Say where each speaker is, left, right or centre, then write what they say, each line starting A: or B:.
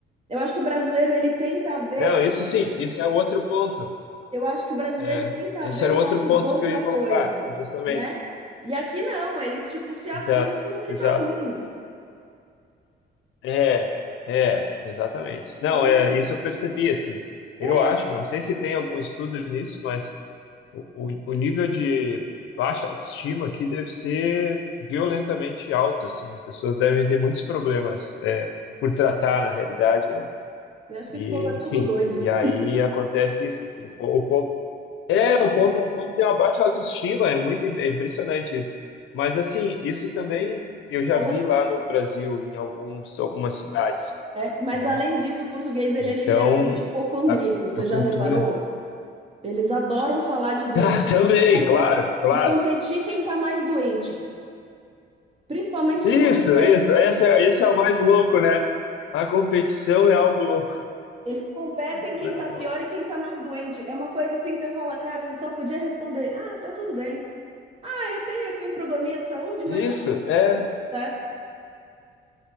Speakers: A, on the right; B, on the left.
A: eu acho que o brasileiro ele tenta ver
B: Não, isso sim, isso é outro ponto.
A: Eu acho que o brasileiro
B: É,
A: tenta
B: esse
A: ver
B: era
A: o
B: o
A: lado
B: outro ponto
A: bom
B: que eu
A: da
B: ia colocar,
A: coisa,
B: justamente.
A: né? E aqui não, eles tipo se afundam
B: Exato,
A: no que
B: exato.
A: tá ruim.
B: É, é, exatamente. Não,
A: Eu
B: é,
A: não,
B: isso eu percebi, assim.
A: é,
B: Eu acho, não sei se tem algum estudo nisso, mas o, o, o nível de baixa autoestima aqui deve ser violentamente alto, assim. As pessoas devem ter muitos problemas, é, por tratar, na realidade, né?
A: eu acho que
B: E,
A: esse povo é tudo
B: enfim,
A: doido.
B: e aí acontece isso, assim. O, po- o povo É, o povo, o povo tem uma baixa autoestima, é muito im- é impressionante isso. Mas assim, isso também eu já
A: Além,
B: vi lá no Brasil, em alguns, algumas cidades,
A: é, mas
B: né?
A: além disso, o português ele
B: Então,
A: é ligeiramente hipocondríaco,
B: a,
A: você
B: a cultura.
A: já reparou?
B: <laughs>
A: Eles adoram falar de doente
B: Ah, também,
A: competir-
B: claro, claro.
A: e competir quem tá mais doente, principalmente
B: Isso,
A: os mais velhos.
B: isso. Essa, esse é o mais louco, né? A competição é algo louco.
A: Eles competem
B: Não,
A: quem tá pior
B: olha.
A: e quem tá mais doente. É uma coisa assim, que você fala, cara, você só podia responder, ah, tá tudo bem. Eu tenho aqui um probleminha de saúde,
B: Isso,
A: mas é
B: é.
A: tudo certo.